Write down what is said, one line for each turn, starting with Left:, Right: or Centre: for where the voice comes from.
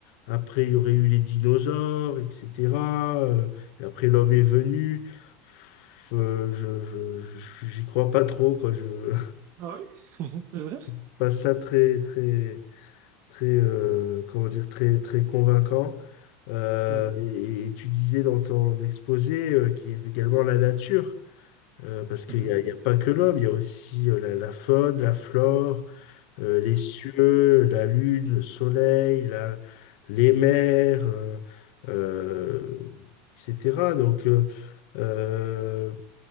Left: Après, il y aurait eu les dinosaures, etc. euh, et après, l'homme est venu. Pff, euh, je, je, je- j'y crois pas trop, quoi. Je
Right: Ah oui, <laughs> c'est vrai?
Left: <laughs> pas ça très, très, très, euh, comment dire, très, très convaincant. Euh,
Right: Mhm,
Left: et, et tu disais dans ton exposé euh, qu'il y avait également la nature, euh, parce qu'il
Right: mhm,
Left: n'y a, il y a pas que l'homme, il y a aussi euh, la, la faune, la flore, euh, les cieux, la lune, le soleil, la- les mers, euh, euh, etc. Donc, euh, euh,